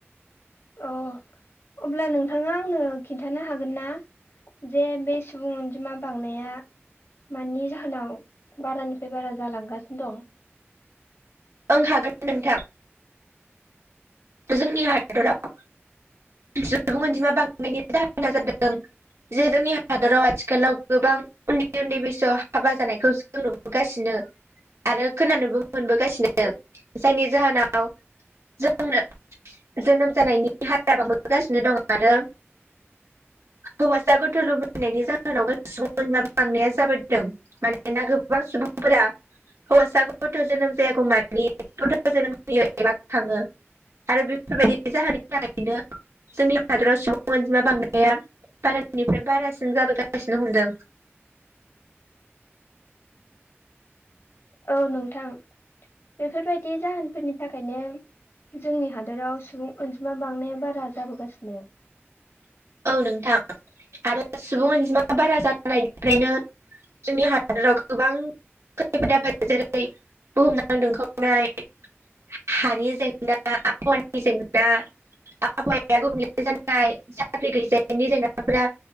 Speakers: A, on the left; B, on the right.
A: अ अब्ला नोंथाङा आंनो खिन्थानो हागोन ना जे बे सुबुं अनजिमा बांनाया मानि जाहोनाव बारानिफ्राय बारा जालांगासिनो दं।
B: ओं हागोन नोंथां जोंनि हादराव। सुबुं अनजिमा बांनायनि जाहोना जादों जे जोंनि हादराव आथिखालाव गोबां उन्दै उन्दै बैसोआव हाबा जानायखौ जों नुबोगासिनो आरो खोनानोबो मोनबोगासिनो जायनि जाहोनाव जों जोनोम जानायनि। जाबांबोगासिनो दं आरो हौवासा गोथौ लुबैनायनि जाहोनावमाब बांनाया जाबोदों। मानोना गोबां। हौवासा गथ जोनोम जायागौ मानि गथ जोनोम होयो एबा थाङो आरो बेफोरबायदि जाहोननि थाखाय। जोंनि हादराव सिाव अनजिमा बांद्राया बारानिफ्राय बारासिन जाबोगासिनो हमदों।
A: <inaudible> औ नोंथां बेफोरबायदि जाहोनफोरनि थाखायनो जोंनि हादोराव सुबुं अनजिमा बांनाया बारा जाबोगासिनो।
B: औ नोंथां आरो सुबुं अनजिमा बारा जानायनिफ्रायनो जोंनि हादराव गोबां खैैफोदा जेरै बुहुमना दोनखावनाय हानि जेंना आबहावानि जेंना आबहावाया ज। साख्रि गैजायनि जेंनाफोरा